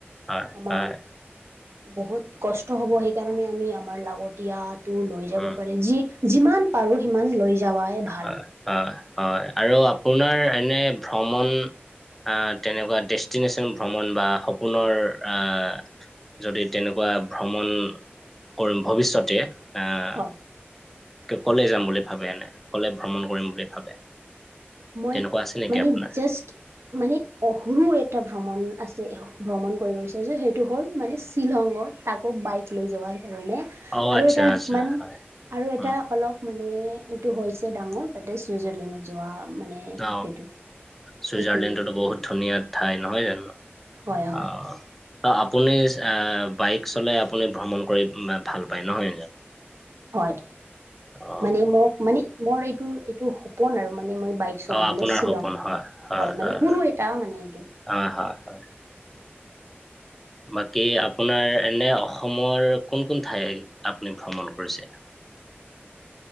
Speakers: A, in the centre; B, on the right (about 85°).
A: হয়
B: আমাক
A: হয়
B: বহুত কষ্ট হব সেইকাৰণে আমি আমাৰ লাগতিয়াত লৈ যাব
A: উম
B: পাৰে যি যিমান পাৰো সিমান লৈ যাৱাই ভা
A: হয় হয় হয়। আৰু আপোনাৰ এনে ভ্ৰমণ আহ, তেনেকুৱা ডেষ্টিনেশচন ভ্ৰমণ বা সপোনৰ আহ যদি তেনেকুৱা ভ্ৰমণ কৰি ভৱিষ্যতে আহ
B: হয়।
A: কলে যাম বুলি ভাবে এনে, কলে ভ্ৰমণ কৰিম বুলি ভাবে?
B: মই
A: তেনেকুৱা আছে নেকি
B: মানে
A: আপোনাৰ
B: জাষ্ট মানে, সৰু এটা ভ্ৰমণ আছে ভ্ৰমণ কৰিব বিচাৰিছোঁ সেইটো হ'ল মানে শ্বিলঙত। তাকো বাইক লৈ যোৱাৰ কাৰণে
A: অ
B: আৰু
A: আচ্ছা
B: এটা
A: আচ্ছা
B: মানে
A: হয়
B: আৰু এটা
A: অ
B: অলপ মানে, এইটো হৈছে ডাঙৰ তাতে চুইজাৰলেণ্ডত যোৱা। মানে
A: অ
B: সেইটো
A: চুইজাৰলেণ্ডতো
B: এইখিনিয়ে।
A: বহুত ধুনীয়া ঠাই নহয় জানো
B: হয় হয়
A: অ'। ত' আপুনি বাইক চলাই আপুনি ভ্ৰমণ কৰি ভাল পায় নহয় জানো?
B: হয়।
A: অ
B: মানে, মোক মানে মোৰ এইটো এইটো সপোন আৰু মানে মই বাইক চলাই
A: অ
B: কিনে
A: আপোনাৰ
B: শ্বিলং
A: সপোন হয়
B: যা হয় মানে সৰু
A: হয়
B: এটা মানে এইটো
A: হয় হয় হয়। বাকী আপোনাৰ এনে অসমৰ কোন কোন ঠাই আপুনি ভ্ৰমণ কৰিছে?